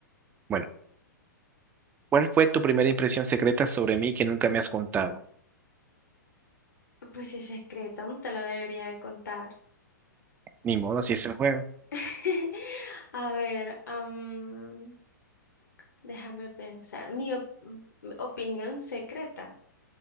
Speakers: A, on the right; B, on the left.
A: Bueno, ¿cuál fue tu primera impresión secreta sobre mí que nunca me has contado?
B: Pues si es secreta, no te la debería de contar.
A: Ni modo, así es el juego.
B: <laughs> A ver, am, déjame pensar. Mi op- mm, opinión secreta.